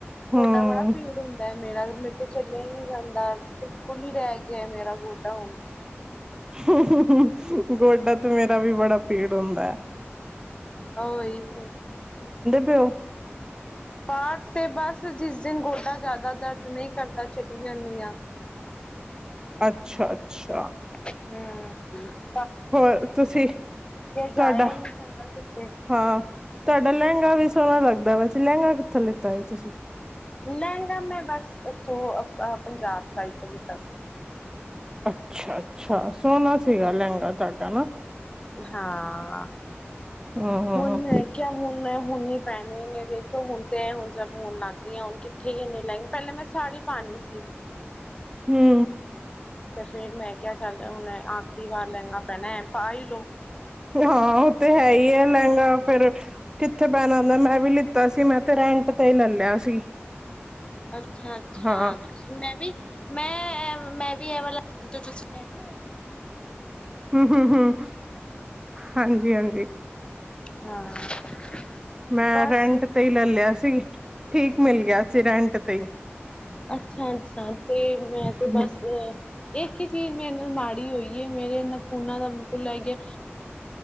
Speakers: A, on the right; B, on the left.
A: ਹਮ
B: ਗੋਡਾ ਬੜਾ ਪੀੜ ਹੁੰਦੈ ਮੇਰਾ ਮੇਰੇ ਤੋਂ ਚੱਲਿਆ ਈ ਨ੍ਹੀਂ ਜਾਂਦਾ। ਬਿਲਕੁਲ ਈ ਰੈ ਗਿਐ, ਮੇਰਾ ਗੋਡਾ ਹੋਣ
A: <inaudible> ਗੋਡਾ ਤੇ ਮੇਰਾ ਵੀ ਬੜਾ ਪੀੜ ਹੁੰਦੈ।
B: ਓਹੀ ਹੁਣ,
A: ਪਏ ਹੋ
B: ਪਾਠ ਤੇ ਬਸ ਜਿਸ ਦਿਨ ਗੋਡਾ ਜੈਦਾ ਦਰਦ ਨਈ ਕਰਦਾ ਚਲੀ ਜਾਂਦੀ ਆਂ।
A: ਅੱਛਾ ਅੱਛਾ।
B: ਹੂੰ <inaudible>
A: ਹੋਰ ਤੁਸੀਂ,
B: ਜਾਇਆ
A: ਤੁਹਾਡਾ
B: ਹੀ ਨਹੀਂ ਜਾਂਦਾ ਕਿਤੇ
A: ਹਾਂ ਤੁਹਾਡਾ ਲੈੰਗਾ ਵੀ ਸੋਹਣਾ ਲੱਗਦ ਦਾ ਪਿਆ ਸੀ, ਲੈੰਗਾ ਕਿੱਥੋਂ ਲਿੱਤਾ ਏ ਤੁਸੀਂ?
B: ਲੈੰਗਾ ਮੈਂ ਬਸ ਉਥੋਂ ਆਪਾ ਪੰਜਾਬ ਸਾਈਡ ਤੋਂ ਲਿੱਤਾ ਸੀ।
A: ਅੱਛਾ। ਅੱਛਾ, ਸੋਣਾ ਸੀਗਾ ਨਾ ਲੈੰਗਾ ਤਾਡਾ ਨਾ।
B: ਹਾਂ,
A: ਹੂੰ ਹੂੰ
B: ਹੁਣ ਮੈਂ ਕਿਆ ਹੁਣ ਮੈਂ ਹੁਣ ਹੀ ਪੈਣੇ ਨੇ ਦੇਖੋ ਹੁਣ ਤੇ ਹੁਣ ਜਾ ਹੋਣ ਲੱਗ ਗਈਆਂ ਹੁਣ ਕਿੱਥੇ ਈ ਇੰਨੇ ਲੈੰਗ ਪੈਲੇ ਮੈਂ ਸਾੜੀ ਪਾਂਣੀ ਸੀ।
A: ਹੂੰ
B: ਤੇ ਫੇਰ ਮੈਂ ਕਿਆ ਚੱਲ ਹੁਣ ਐ ਆਖ ਰੀ ਵਾਰ ਲੈਂਗਾ ਪੈਣੈ ਪਾ ਈ ਲੋ।
A: ਹਾਂ, ਔ ਤੇ ਹੈ ਈ ਏ ਲੈੰਗਾ ਫੇਰ ਕਿੱਥੇ ਪੈਣਾ ਹੁੰਦੈ ਮੈਂ ਵੀ ਲਿੱਤਾ ਸੀ ਮੈਂ ਤੇ ਰੈਂਟ ਤੇ ਲਲਯਾ ਸੀ।
B: ਅੱਛਾ -ਅੱਛਾ,
A: ਹਾਂ
B: ਤੁਂਸੀ ਵੀ ਮੈਂ ਵੀ ਮੈਂ ਐ ਮੈਂ ਵੀ ਐ ਵਾਲਾ ਜੋ ਤੁਸੀਂ ਕੈ ਰੇ ਔ ਮੈਂ ਵੀ ਤੇ ਹੀ ਲਿੱਤਾ
A: ਹੂੰ-ਹੂੰ-ਹੂੰ,
B: ਦਾ ਸੀ
A: ਹਾਂਜੀ- ਹਾਂਜੀ।
B: ਹਾਂ। <inaudible>
A: ਮੈਂ
B: ਬਸ
A: ਰੈਂਟ ਤੇ ਈ ਲੈ ਲਿਆ ਸ ਸੀ। ਠੀਕ ਮਿਲ ਗਿਆ ਸੀ ਰੈਂਟ ਤੇ
B: ਅੱਛਾ- ਅ ਤੇ ਮੈਂ ਤੇ
A: ਹੀ
B: ਬਸ ਇੱਕ ਹੀ ਚੀਜ਼ ਮੈਨੂੰ ਮਾੜੀ ਹੋਈ ਏ ਮੇਰੇ ਨਾਂ ਖੂਨਾ ਦਾ ਬਿਲਕੁਲ ਲੈ ਕੇ
A: <inaudible>